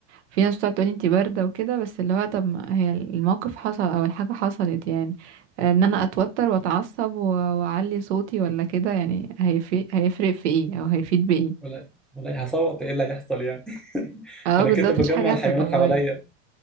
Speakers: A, on the right (about 75°); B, in the centre.
A: في ناس بتقعد تقولي انتي بارده وكده بس اللي هو طب ما هي الموقف حصل او الحاجه حصلت يعني ان انا اتوتر واتعصب و- واعلي صوتي ولا كده يعني هيفرق هيفرق في ايه او هيفيد بايه
B: ولا والله هصوت ايه اللي هيحصل يعني <laughs>
A: اه
B: انا
A: بالظبط
B: كده
A: مفيش
B: بجمع
A: حاجه
B: الحيوانات
A: هتتغير
B: حواليا